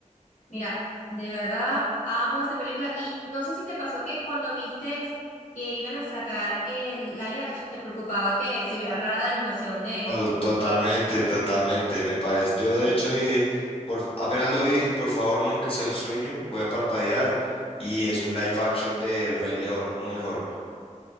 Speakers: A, on the left; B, on the left.
A: mira, de verdad amo esa película y no sé si te pasó que cuando vistes que iban a sacar el live action te preocupaba que se viera rara la animación de
B: To- Totalmente,
A: de Stitch.
B: totalmente, me parece. Yo de hecho dije, por, f- apenas lo vi, dije, por favor, no, que sea un sueño, voy a parpadear y es un live action del Rey León, uno mejor.